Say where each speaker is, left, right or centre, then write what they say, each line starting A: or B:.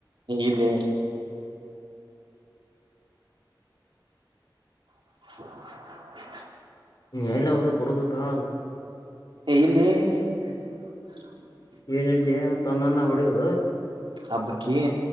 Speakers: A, on the right (about 75°); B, on the left (about 50°).
A: ಇಲ್ಲೇ <inaudible>
B: ಮೇಲೆ ಅವರು ಬಿಡುಗುರು
A: ಏ ಇಲ್ಲೆ <unintelligible>
B: ಏ ನಡಿಲೆ ತನ್ನನ್ನ ಹೊಡಿದ
A: ಹಬ್ಬಕ್ಕಿ <unintelligible>